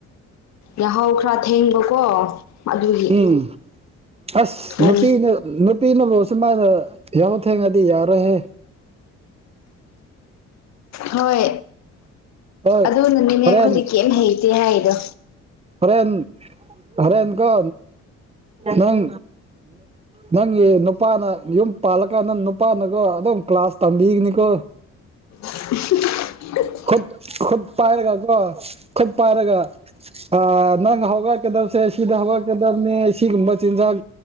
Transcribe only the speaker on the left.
ꯌꯥꯍꯧ ꯈꯔ ꯊꯦꯡꯕꯀꯣ ꯑꯗꯨꯒꯤ
ꯊꯣꯡ
ꯍꯣꯏ
ꯑꯗꯨꯅꯅꯤꯅꯦ
ꯑꯩꯈꯣꯏꯗꯤ ꯀꯔꯤꯝ ꯍꯩꯇꯦ ꯍꯥꯏꯔꯤꯗꯣ
ꯍꯤ ꯍꯤ